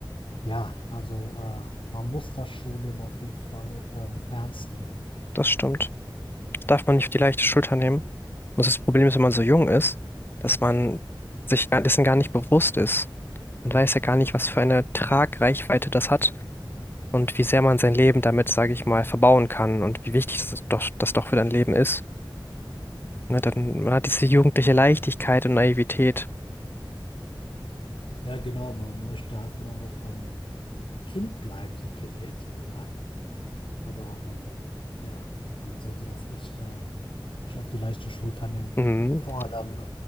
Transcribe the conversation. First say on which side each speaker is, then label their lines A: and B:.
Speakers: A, on the left (about 80°); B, on the left (about 25°).
A: ja, also äh, man muss das Schulleben auf jeden Fall ähm, ernst nehmen.
B: das stimmt. Darf man nicht auf die leichte Schulter nehmen. Und das Problem ist, wenn man so jung ist, dass man sich gar- dessen gar nicht bewusst ist. Man weiß ja gar nicht, was für eine Tragreichweite das hat und wie sehr man sein Leben damit, sage ich mal, verbauen kann und wie wichtig das doch, das doch für dein Leben ist. Ne, dann, man hat diese jugendliche Leichtigkeit und Naivität.
A: Ja, genau, man möchte halt immer noch ähm, Kind bleiben, so gesehen, so gesagt. Aber ähm, ja, man sollte das echt äh, Nicht auf die leichte Schulter nehmen.
B: Mhm.
A: Vor allem, äh,